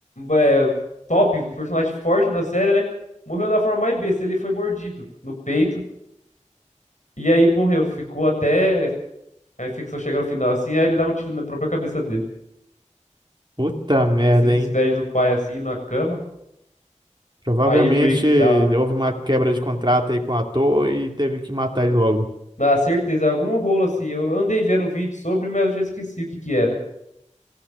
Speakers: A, on the left; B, on the right.
A: é, top, um personagem forte na série, né? Morreu da forma mais besta, ele foi mordido no peito. E aí morreu, ficou até Aí Ficção chega no final assim, aí ele dá um tiro na própria cabeça dele.
B: Puta merda,
A: Ele se despede
B: hein?
A: do pai assim, na cama.
B: Provavelmente
A: Aí Rick dá uma.
B: houve uma quebra de contrato aí com o ator e teve que matar ele logo.
A: Na certeza, algum rolo assim. Eu andei vendo um vídeo sobre, mas eu já esqueci o que que era.